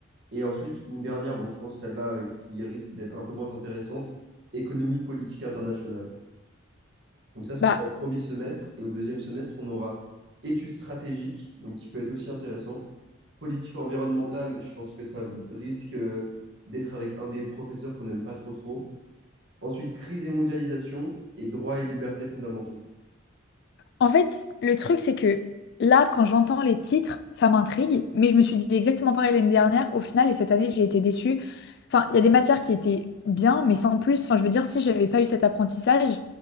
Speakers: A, on the right (about 60°); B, on the left (about 55°).
A: Et ensuite, une dernière, bon, je pense celle-là euh, qui risque d'être un peu moins intéressante, économie politique internationale. Donc ça, ce
B: Bah,
A: sera au premier semestre. Et au deuxième semestre, on aura études stratégiques, donc qui peut être aussi intéressant. Politique environnementale, je pense que ça risque euh, d'être avec un des professeurs qu'on n'aime pas trop trop. Ensuite, crise et mondialisation et droits et libertés fondamentaux.
B: En fait, le truc, c'est que là, quand j'entends les titres, ça m'intrigue, mais je me suis dit exactement pareil l'année dernière. Au final, et cette année, j'ai été déçue. Enfin, il y a des matières qui étaient bien, mais sans plus. Enfin, je veux dire, si j'avais pas eu cet apprentissage,